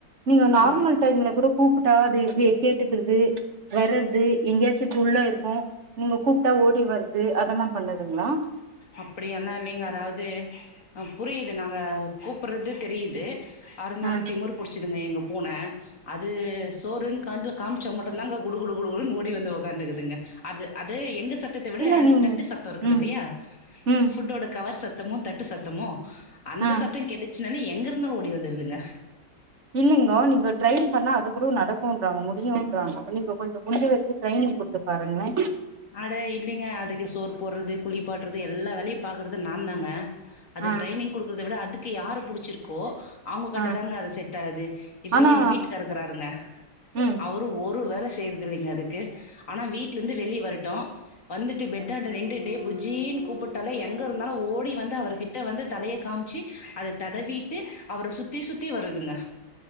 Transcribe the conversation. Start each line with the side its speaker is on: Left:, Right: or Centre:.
Right: நீங்க நார்மல்
Left: ஆ.
Right: டைம்ல கூட கூப்பிட்டா அது கேட்டுக்கிறது வர்றது எங்கேயாச்சு குல்ல இருக்கு நீங்க கூப்ட்டா ஓடி வறது அதெல்லா பண்ணதுங்களா
Left: அப்டியெல்லா இல்லைங்க அதாவது புரியுது நாங்க கூப்புட்றது தெரியுது பருந்தாலு
Right: ஆ
Left: திமர் புடிச்சிதுங்க எங்க பூன அது சோறு ன் கண்ல காமிச்சா மட்டு தாங்க குடுடு குடு ஓடி வந்து உக்காந்ட்துங்க அது அது எங்க சத்தத்த விட
Right: இல்ல
Left: அந்த
Right: நீங்க
Left: தட்டு சத்த இருக்குது
Right: ம்
Left: இல்லையா
Right: ம்
Left: ஃபுட்டோட கவர் சத்தமு தட்டு சத்தமோ அந்த
Right: ஆ
Left: சத்த கேட்டுச்சுனால எங்க இருந்த ஓடி வந்துடுதுங்க
Right: இல்லைங்கோ நீங்க ட்ரெயின் பண்ணா அது கூட நடக்குன்றாங்கோ முடியுன்றாங்கோ நீங்க கொஞ்ச முடி்ஞ்ச வரைக்கு ட்ரெயின் னிங் கொடுத்து பாருங்ளே
Left: ஆட இல்லைங்க அதுக்கு சோர் போட்றது குளிப்பாட்றது எல்லா வேலையு பாக்குறது நா தாங்க அது
Right: ஆ
Left: ட்ரைனிங் குடுக்குறத விட அதுக்கு யார புடிச்சிருக்கோ அவங்க கட்ட
Right: ஆ
Left: தாங்க அது செட் ஆது இதுவே
Right: ஆனா
Left: எங்க வீட்டு காரு இருக்கறாருங்க
Right: ம்
Left: அவரு ஒரு வேல செய்றதுல்லைங்க அதுக்கு ஆனா வீட்லந்து வெளியே வரட் வந்துட்டு பெட்டான்ட நின்ட்டு டே புஜ்ஜி ன் கூப்பிட்டாலே எங் எங்க இருந்தாலு ஓடி வந்து அவர்கிட்ட வந்து தலைய காம்ச்சி அத தடவி ட்டு அவர சுத்தி சுத்தி வருதுங்க